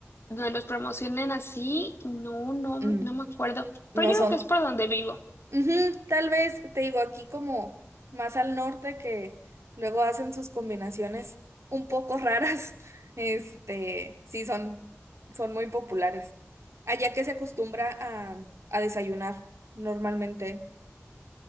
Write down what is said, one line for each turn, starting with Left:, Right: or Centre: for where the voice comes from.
Left: donde los promocionen así, no, no,
Right: Mm,
Left: no me acuerdo.
Right: No
Left: Pero yo
Right: son
Left: creo que es por donde vivo.
Right: Ujú, tal vez, te digo, aquí como más al norte que luego hacen sus combinaciones un poco raras, <laughs> este, sí son, son muy populares. Allá que se acostumbra a, a desayunar normalmente.